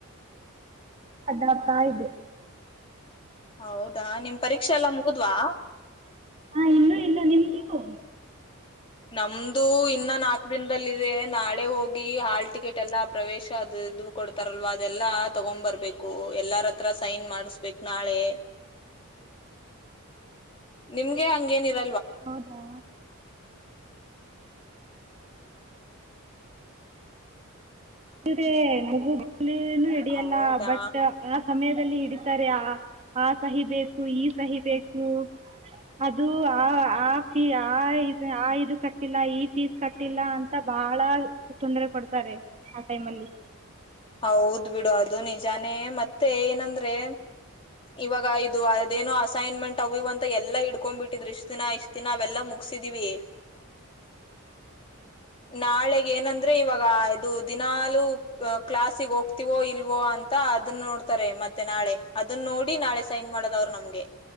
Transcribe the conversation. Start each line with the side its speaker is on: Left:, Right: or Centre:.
Right: ಅಡ್ಡಡ್ತಾ ಇದೆ
Left: ಹೌದಾ ನಿಮ್ ಪರೀಕ್ಷೆ ಎಲ್ಲ ಮುಗುದ್ವಾ
Right: ಹಾ ಇನ್ನುೂ ಇಲ್ಲ ನಿಮ್ದು
Left: ನಮ್ದು ಇನ್ನ ನಾಕ್ ದಿನದಲ್ಲ ಇದೆ ನಾಳೆ ಹೋಗಿ ಹಾಲ್ ಟಿಕೆಟ್ ಎಲ್ಲಾ ಪ್ರವೇಶ ಅದು ಇ ಕೊಡ್ತಾರಲ್ವಾ ಅದೆಲ್ಲಾ ತಗೊಂಡ್ ಬರ್ಬೇಕು ಎಲ್ಲಾರತ್ರ ಸೈನ್ ಮಾಡಸ್ಬೇಕ ನಾಳೆ ನಿಮ್ಗೆ ಹಂಗೇನಿರ
Right: ಹೌದಾ ಅಗ ಅಲ್ಲಿ ಹಡಿಯಲ್ಲ
Left: ಹೌದಾ
Right: ಬಟ್ ಸಮಯದಲ್ಲಿ ಹಿಡಿತಾರೆ ಆ ಆ ಸಹಿ ಬೇಕು ಈ ಸಹಿ ಬೇಕು ಅದು ಆ ಆೀ ಆ ಆ ಇದು ಕಟ್ಟಿಲ್ಲ ಈ ಫೀಸ್ ಕಟ್ಟಿಲ್ಲ ಅಂತ ಬಹಳ ತೊಂದರೆ ಕೊಡ್ತಾರೆ ಆ ಟೈಮ್ ಅಲ್ಲಿ
Left: ಹೌದ್ ಬಿಡು ಅದು ನಿಜಾನೇ ಮತ್ತೆ ಏನಂದ್ರೆ ಇವಾಗ ಇದು ಅದೇನೋ ಅಸೈನ್ಮೆಂಟ್ ಅವವ್ ಅಂತ ಎಲ್ಲಾ ಇಡ್ಕೊಂಡ್ಬಿಟ್ಟಿದ್ರರು ಇಷ್ಟ ದಿನ ಇಷ್ಟ ದಿನ ಅವೆಲ್ಲಾ ಮುಗಸಿದಿವವಿ ನಾಳಗ ಏನಂದ್ರೆ ಇವಾಗ ಇದು ದಿನಲುೂ ಕ್ಲಾಸಗ್ ಹೋಗ್ತಿವೋ ಇಲ್ವೋ ಅಂತ ಅದನ್ನ ನೋಡ್ತಾರೆ ಮತ್ತೆ ನಾಳೆ ಅದನ್ನ ನೋಡಿ ನಾಳೆ ಸೈನ್ ಮಾಡೋದ ಅವ್ರು ನಮ್ಗೆ